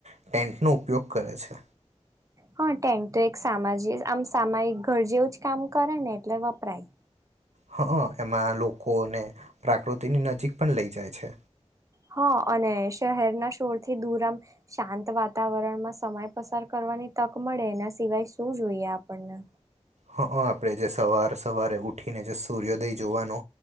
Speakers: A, on the right; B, on the right.
A: ટેન્ટનો ઉપયોગ કરે છે
B: હા ટેન્ટ તો એક સામા આમ સામાયિક ઘર જેવું જ કામ કરે ને એટલે વપરાય
A: હ એમ લોકોને પ્રકૃતિની નજીક પણ લઈ જાય છે
B: હા અને શહેરના શોરથી દૂર આમ શાંત વાતાવરણમાં સમય પસાર કરવાની તક મળે એના સિવાય શું જોઈએ આપણને
A: હા આપણે જે સવારે સવારે ઉઠીને જે સૂર્યોદય જોવાનો